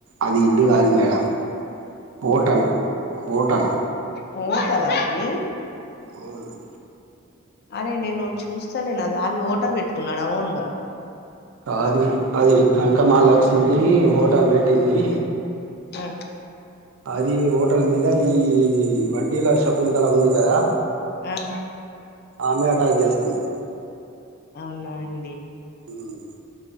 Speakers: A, on the right (about 80°); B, on the left (about 50°).
A: అది ఇల్లు
B: ఆ
A: గాదు మేడం హోటల్ హోటల్
B: హోటలా అదీ
A: అవున్
B: అరే నేను చూస్తలేను అది ఆళ్ళు హోటల్ పెట్టుకున్నాడ ఓన్ గా
A: కాదూ అది కనకమహాలక్ష్మి హోటల్ పెట్టిందీ.
B: ఉ
A: అదీ హోటల్ మీద ఈ వడ్డీల శకుంతల ఉంది గదా
B: ఊ ఉ
A: ఆమె అటాక్ చేస్తుంది.
B: అవునా అండీ
A: మ్